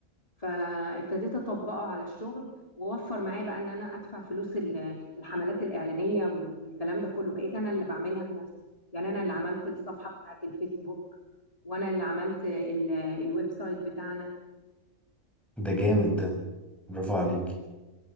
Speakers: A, on the left (about 25°); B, in the centre.
A: فابتديت اطبقه على الشغل ووفر معايا بقى ان انا ادفع فلوس ال- الحملات الاعلانيه وال- والكلام ده كله بقيت انا اللي بعملها بنفسي يعني انا اللي عملت الصفحه بتاعت الفيسبوك وانا اللي عملت ال- الويب سايت بتاعنا
B: ده جامد ده برافو عليك